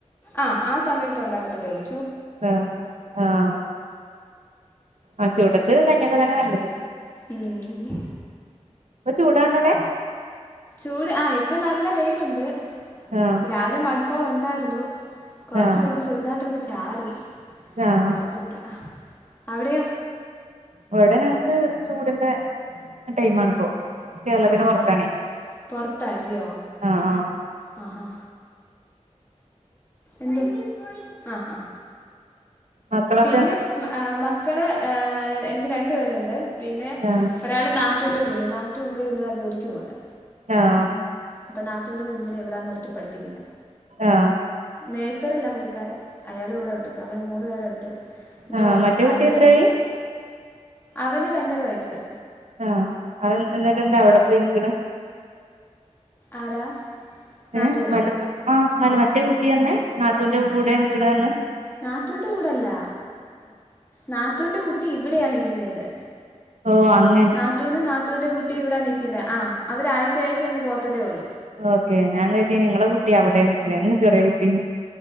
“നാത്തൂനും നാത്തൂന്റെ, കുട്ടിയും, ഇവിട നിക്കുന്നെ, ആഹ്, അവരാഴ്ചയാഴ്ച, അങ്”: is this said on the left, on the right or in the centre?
Left